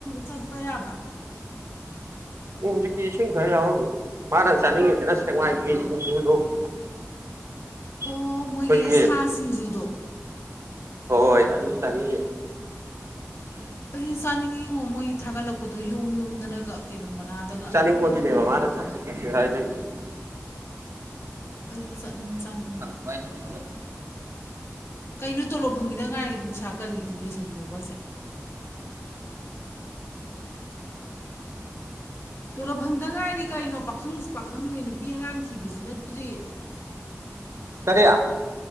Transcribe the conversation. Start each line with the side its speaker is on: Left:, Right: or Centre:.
Left: ꯆꯠꯄ ꯌꯥꯕ꯭ꯔꯥ
Right: ꯑꯣ ꯍꯧꯖꯤꯛꯇꯤ ꯏꯁꯤꯡ ꯈꯔ ꯌꯥꯎꯔꯝꯅꯤ ꯃꯥꯅ ꯆꯥꯅꯤꯡꯉꯤꯁꯤꯅ ꯁꯦꯡꯃꯥꯏꯒꯤ ꯁꯤꯡꯖꯨꯗꯣ <inaudible>
Left: ꯑꯣ
Right: ꯑꯩꯈꯣꯏꯒꯤ
Left: ꯃꯣꯏꯒꯤ ꯁꯥ ꯁꯤꯡꯖꯨꯗꯣ
Right: ꯍꯣꯏ ꯑꯗꯨꯇꯅꯤ
Left: ꯑꯩꯁꯨ ꯆꯥꯅꯤꯡꯉꯤꯉꯣ ꯃꯣꯏ ꯊꯥꯒꯠꯂꯛꯄꯗꯣ ꯌꯣꯝ ꯌꯣꯝꯗꯅꯒ ꯀꯩꯅꯣ ꯃꯅꯥꯗꯒ
Right: ꯑꯗꯨꯏ <unintelligible> ꯆꯥꯁꯦ ꯀꯦꯏꯁꯨꯍꯥꯏ ꯂꯩꯇꯦ
Left: ꯑꯩꯁꯨ ꯆꯠꯅꯤꯡ ꯆꯥꯅꯤꯡꯉꯤ
Right: <unintelligible>
Left: ꯀꯩꯅꯣ ꯇꯣꯂꯣꯞ ꯐꯪꯈꯤꯗ ꯉꯥꯏꯔꯤ ꯁꯥ ꯀꯔꯤ ꯂꯣꯏꯁꯤꯟꯈ꯭ꯔꯕꯣ ꯍꯥꯏꯁꯦ ꯇꯣꯂꯣꯞ ꯐꯪꯗ ꯉꯥꯏꯔꯤ ꯀꯔꯤꯅꯣ ꯄꯥꯈꯪꯁꯨ ꯄꯥꯈꯪꯅꯦ ꯅꯨꯄꯤ ꯑꯉꯥꯡ ꯊꯤꯕꯁꯨ ꯅꯠꯇ꯭ꯔꯤ
Right: ꯀꯔꯤꯌꯥ